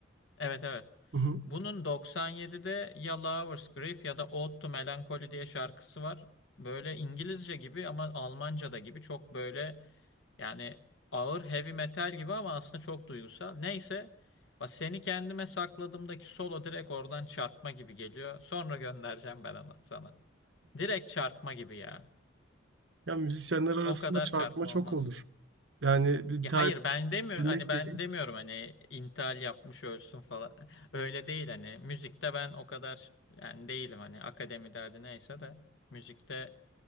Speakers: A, on the left (about 70°); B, on the right (about 65°).
A: Evet evet.
B: Hı hı.
A: Bunun 97'de ya Lovers Grief ya da Ode to Melancholy diye şarkısı var. Böyle İngilizce gibi ama Almanca da gibi çok böyle yani ağır heavy metal gibi ama aslında çok duygusal. Neyse bak seni kendime sakladığımdaki solo direkt oradan çarpma gibi geliyor. Sonra göndereceğim ben onu sana. Direkt çarpma gibi ya.
B: Ya müzisyenler arasında
A: O kadar
B: çarpma
A: çarpma
B: çok
A: olmaz.
B: olur. Yani bir
A: Ya
B: tane
A: hayır ben demiyorum
B: örnek
A: hani ben
B: vereyim.
A: demiyorum hani intihal yapmış ölsün falan. <laughs> Öyle değil hani müzikte ben o kadar yani değilim hani akademi derdi neyse de müzikte